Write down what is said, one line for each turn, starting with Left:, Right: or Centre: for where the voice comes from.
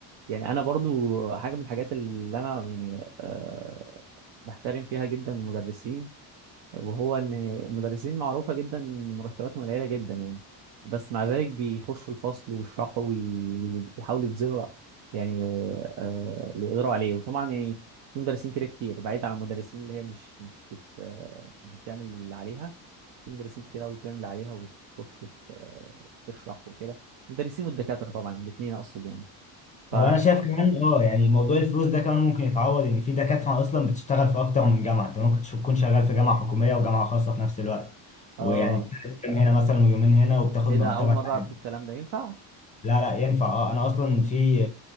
Right: يعني أنا برضو حاجة من الحاجات اللي أنا يعني آه، بحترم فيها جدا المدرسين وهو ان المدرسين معروفه جدا إن مرتباتهم قليله جدا يعني بس مع ذلك بيخشوا الفصل ويشرحوا وي- ويحاولوا يبذلوا يعني آه، اللي يقدروا عليه وطبعا يعني في مدرسين كده كتير بعيد عن المدرسين اللي هي مش مش بت آه، مش بتعمل اللي عليها في مدرسين كتير قوي بتعمل اللي عليها وبتخش ت- آه، تشرح وكده المدرسين والدكاتره طبعا الاثنين اقصد يعني ف
Left: هو انا شايف كمان اه يعني موضوع الفلوس ده كمان ممكن يتعوض ان في دكاتره اصلا بتشتغل في اكتر من جامعه انت ممكن تكون شغال في جامعه حكوميه وجامعه خاصه في نفس الوقت
Right: اه
Left: ويعني تلات ايام هنا مثلا ويومين هنا وبتاخد
Right: ايه
Left: مرتبك
Right: ده اول مره
Left: عالي
Right: اعرف الكلام ده ينفع؟
Left: لا لا ينفع اه انا اصلا في